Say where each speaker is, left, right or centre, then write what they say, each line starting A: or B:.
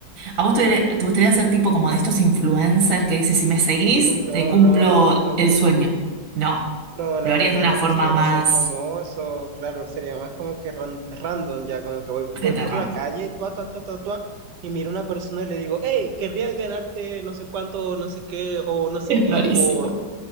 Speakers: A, on the right; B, on the right.
A: ¿a vos te, gustaría te gustaría ser tipo como de estos influencers que dices, si me seguís,
B: Uy, no,
A: te cumplo
B: no, no, que- no,
A: el sueño? No,
B: no, la
A: lo harías
B: verdad
A: de una
B: no
A: forma
B: quisiera
A: más
B: ser famoso, claro, sería más como que ran- random ya, como que voy,
A: gente
B: voy por
A: random.
B: la calle, tua, tua, tua, tua, tua, y miro a una persona y le digo, hey, querrías ganarte no sé cuánto, no sé qué, o no sé
A: Es
B: qué,
A: rarísimo.
B: por,